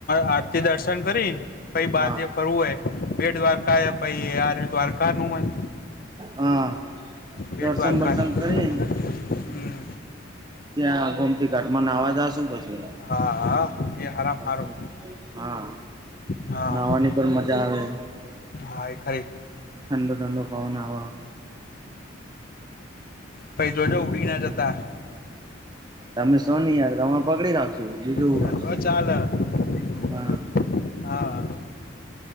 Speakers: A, on the left (about 45°); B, on the right (about 20°).
A: આરતી દર્શન કરીને પછી બાર
B: હા
A: જે ફરવું હોય બેટ વાર શ પ એ આર્મી દ્વારકાનુંન
B: હા
A: બેટ્વારકાર
B: દર્શન બર્શન કરીને
A: હ
B: ત્યાં ગોમતી ઘાટમાં અવાજશું પછ
A: હા એ હારામ
B: પછી
A: હારો
B: હા
A: હા
B: નાહવાની પણ મજા આવે
A: હા એક
B: ઠંડો ઠંડો પવન હવા
A: પૈ તો જો ઉડી ના જતા
B: તમે સો નહી ય તમે પકડી રાખ છો બીજું
A: હ
B: કરશું
A: તો ચાલ
B: હા
A: હા